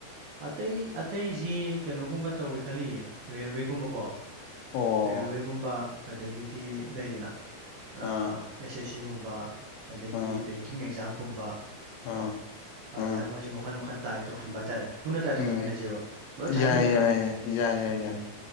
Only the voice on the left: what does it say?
ꯑꯣ
ꯑꯥ
ꯑꯥ
ꯑꯥ
ꯑꯥ
ꯎꯝ
ꯌꯥꯏ ꯌꯥꯏ ꯌꯥꯏ ꯌꯥꯏ ꯌꯥꯏ
ꯌꯥꯏ